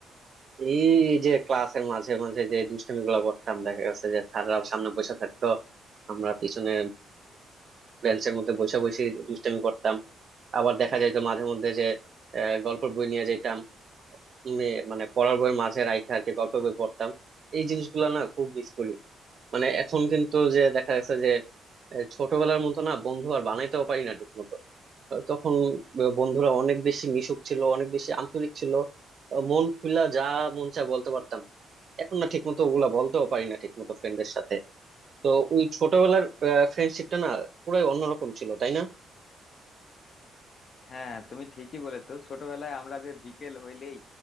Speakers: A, on the right; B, on the left.
A: এই যে ক্লাসের মাঝে মাঝে যে দুষ্টামি গুলা করতাম দেখা গেছে যে স্যাররা সামনে বসে থাকতো আমরা পিছনে বেঞ্চের মধ্যে বসে বসে দুষ্টামি করতাম আবার দেখা যাইতো মাঝে মধ্যে যে আহ, গল্পের বই নিয়ে যেতাম উম, এ, মানে পড়ার বইয়ের মাঝে রাইখা আর কি গল্পের বই পড়তাম এই জিনিসগুলা না খুব মিস করি মানে এখন কিন্তু যে দেখা গেছে যে আহ, ছোটবেলার মতো না বন্ধু আর বানাইতেও পারি না ঠিক মতো তখন বন্ধুরা অনেক বেশি মিশুক ছিল অনেক বেশি আন্তরিক ছিল মন খুলা যা মন চায় বলতে পারতাম এখন না ঠিকমতো ওগুলা বলতেও পারি না ঠিকমতো ফ্রেন্ডদের সাথে তো ওই ছোটবেলার ফ্রেন্ডশিপটা না পুরাই অন্যরকম ছিল তাই না
B: হ্যাঁ তুমি ঠিকই বলেছো ছোটবেলায় আমরা যে বিকেল হইলেই